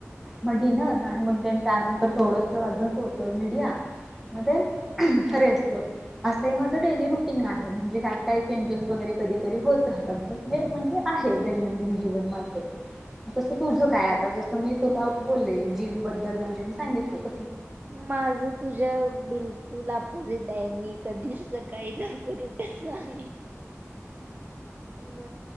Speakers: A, in the centre; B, on the right (about 35°).
A: म डिनर
B: हम्म
A: आणि मग देन त्यानंतर थोडंस अजून सोशल मीडिया म देण हरे
B: हम्म
A: असतो. हे माझं डेली रुटीन आहे म्हणजे ह्यात काही चेंजेस वगैरे कधी तरी होत राहतात बट हे म्हण हे आहे
B: हम्म
A: दैनंदिन जीवन माझं तसं तुझं
B: अच्छा
A: काय आता जसं मी तुला बोले जिम बद्दल म्हणजे मी सांगितल
B: माझ तुझ्या बिलकुल अपोजिट <unintelligible> कधीच सकाळी लवकर उठत नाही. ब